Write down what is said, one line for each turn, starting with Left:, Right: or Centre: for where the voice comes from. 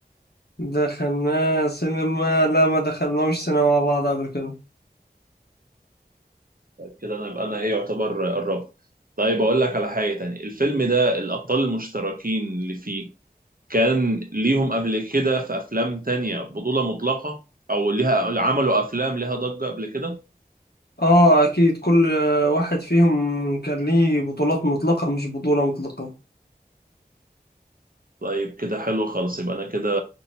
Left: دخلناه سينما لا ما دخلناهوش سينما مع بعض قبل كده
Right: كده انا يبقى انا ايه يعتبر قربت طيب اقول لك على حاجة تانية الفيلم ده الابطال المشتركين اللي فيه كان ليهم قبل كده في افلام تانية بطولة مطلقة او ليها عملوا افلام ليها ضجة قبل كده
Left: اه اكيد كل واحد فيهم كان ليه بطولات مطلقة مش بطولة مطلقة
Right: طيب كده حلو خالص يبقى انا كده